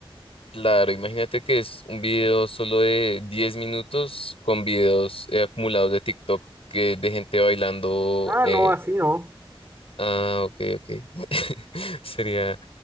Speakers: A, on the left; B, on the right.
A: Claro, imagínate que es un video solo de 10 minutos con videos eh, acumulados de TikTok que de gente bailando.
B: Ah,
A: eh,
B: no, así no.
A: ah, ok, ok. <laughs> Sería,